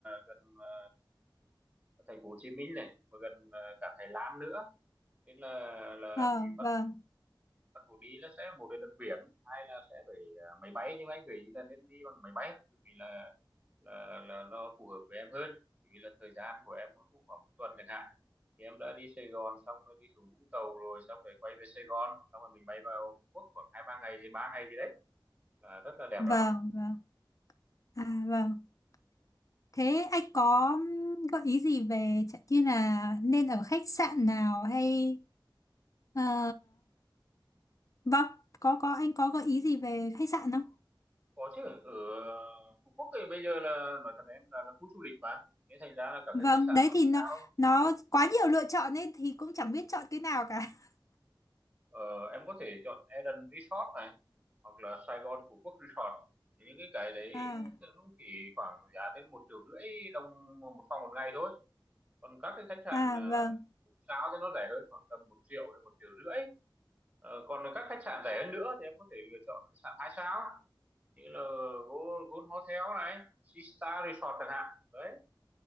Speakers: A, on the right; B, on the left.
A: gần ờ, thành phố Hồ Chí Minh này vừa gần ờ, cả Thái Lan nữa nên là là
B: Ờ,
A: mình bắt
B: vâng,
A: bắt buộc đi nó sẽ một là đường biển hai là sẽ phải ờ, máy bay nhưng mà anh gợi ý là nên đi bằng máy bay bởi vì là là là nó phù hợp với em hơn bởi vì là thời gian của em cũng khoảng một tuần chẳng hạn thì em đã đi Sài Gòn xong rồi đi xuống Vũng Tàu rồi xong rồi quay về Sài Gòn xong rồi mình bay vào Phú Quốc khoảng hai ba ngày gì ba ngày gì đấy là rất là đẹp
B: vâng,
A: lắm ạ.
B: vâng. À vâng. Thế anh có gợi ý gì về chẳng như là nên ở khách sạn nào hay ờ, vâng có có anh có gợi ý gì về khách sạn không?
A: có chứ ở Phú Quốc thì bây giờ là nói thật em là, là khu du lịch mà thế thành ra là cả
B: Vâng
A: cái khách sạn
B: đấy
A: năm
B: thì nó
A: sao
B: nó quá nhiều lựa chọn nên thì cũng chẳng biết chọn cái nào cả. <laughs>
A: ờ, em có thể chọn Eden Resort này hoặc là Sài Gòn Phú Quốc Resort những cái cái đấy
B: À
A: thì nó chỉ khoảng giá tới một triệu rưỡi đồng một phòng một ngày thôi còn các cái khách sạn
B: à
A: ờ,
B: vâng
A: một sao thì nó rẻ hơn khoảng tầm một triệu đến một triệu rưỡi Ờ, còn các khách sạn rẻ hơn nữa thì em có thể lựa chọn khách sạn hai sao như là Gold, Gold Hotel này Sea Star Resort chẳng hạn đấy